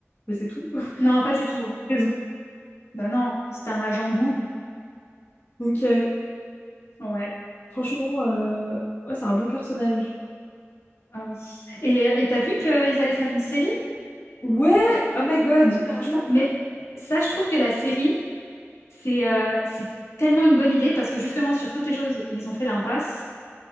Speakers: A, on the left; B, on the left.
A: Mais c'est tout. <laughs>
B: Non, pas du tout.
A: Raison.
B: Bah non, c'était un agent double.
A: Donc, euh,
B: Ouais.
A: franchement, euh, ouais, c'est un bon personnage.
B: Ah oui. Et et t'as vu qu'ils allaient faire une série?
A: Ouais, oh my god, franchement,
B: Mais ça, je trouve que la série, c'est euh, c'est tellement une bonne idée parce que justement, sur toutes les choses où ils ont fait l'impasse,